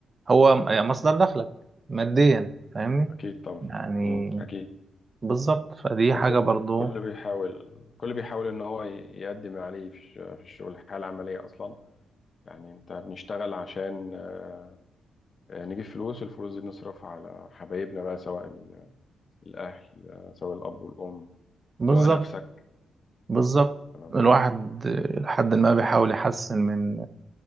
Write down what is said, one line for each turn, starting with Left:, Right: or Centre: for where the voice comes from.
Right: هو م- يعني مصدر دخلك ماديا فاهمني
Left: اكيد طبعا
Right: يعني
Left: مم. اكيد
Right: بالظبط فدي
Left: ما
Right: حاجة
Left: كل
Right: برضه
Left: كل بيحاول كل بيحاول ان هو ي- يقدم ما عليه في الش- في الشغل الحياه العمليه اصلا يعني انت بنشتغل عشان آه، آه، نجيب فلوس الفلوس دي نصرفها على حبايبنا بقى سواء ال- الاهل آه، سواء الاب والام
Right: بالظبط
Left: سواء نفسك
Right: بالظبط
Left: تمام
Right: الواحد آه، لحد ما بيحاول يحسن من